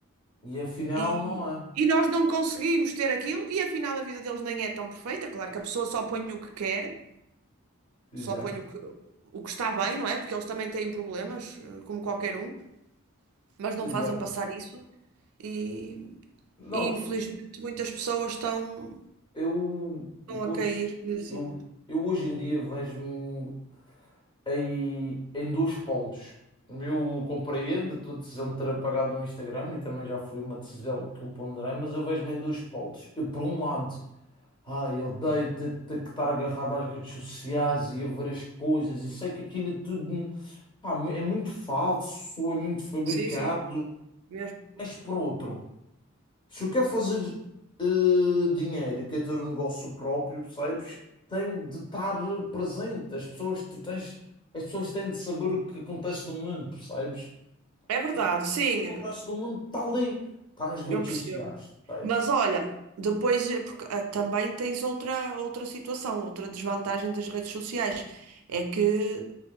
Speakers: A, on the left; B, on the right.
A: e afinal
B: e,
A: não é.
B: e nós não conseguimos ter aquilo, e afinal a vida deles nem é tão perfeita. Claro que a pessoa só põe o que quer,
A: Exato,
B: só põe o que, o que está bem, não é? Porque eles também têm problemas, eh, como qualquer um, mas não
A: exato.
B: fazem passar isso, e,
A: Não,
B: e infelizmente muitas pessoas estão,
A: eu,
B: estão
A: pois,
B: a cair nesse
A: eu,
B: erro.
A: eu hoje em dia vejo-me. aí em dois polos. Eu compreendo a tua decisão de ter apagado o Instagram e também já foi uma decisão que eu ponderei, mas eu vejo-me em dois polos. Eu, por um lado, ai, eu odeio ter, ter que estar agarrado às redes sociais e a ver as coisas e sei que aquilo é tudo, pá, é muito falso, é muito fabricado,
B: Sim, sim, mesmo.
A: mas por outro. Se eu quero fazer eh, dinheiro e quero ter um negócio próprio, percebes? Tenho de estar presente. As pessoas, tu tens, as pessoas têm de saber o que acontece no mundo, percebes?
B: É verdade,
A: E o
B: sim,
A: que acontece no mundo está ali, está nas redes
B: eu percebo.
A: sociais, percebes?
B: Mas olha, depois eh, porque, ah, também tens outra, outra situação, outra desvantagem das redes sociais. É que